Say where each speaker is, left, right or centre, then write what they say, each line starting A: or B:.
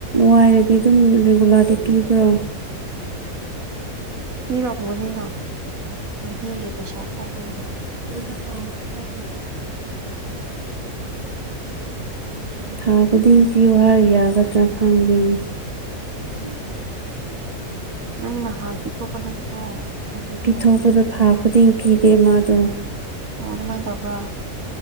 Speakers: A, on the right; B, on the right.
A: ꯋꯥꯏꯔꯗꯤ ꯑꯗꯨꯝ ꯔꯤꯒꯨꯂꯔꯗꯤ ꯄꯤꯕ꯭ꯔꯣ <unintelligible>
B: ꯄꯤꯔꯝꯃꯅꯤꯅ ꯅꯨꯡꯇꯤꯒꯤ ꯄꯩꯁꯥ ꯊꯣꯛꯧꯕꯅꯤꯅ
A: <unintelligible> ꯊꯥ ꯈꯨꯗꯤꯡꯒꯤ ꯄꯤꯌꯣ ꯌꯥꯒꯗ꯭ꯔꯥ ꯈꯪꯗꯦ <unintelligible>
B: ꯅꯪ ꯅ ꯍꯗꯤ ꯊꯣꯛꯄ ꯅꯠꯇ꯭ꯔꯣ ꯅꯪꯒꯤꯗꯨ
A: ꯄꯤꯊꯣꯛꯄꯗꯣ ꯊꯥ ꯈꯨꯗꯤꯡ ꯄꯤꯗꯦ ꯃꯥꯗꯣ
B: ꯑꯣ ꯑꯗꯨꯃꯥꯏꯅ ꯇꯧꯕ꯭ꯔꯥ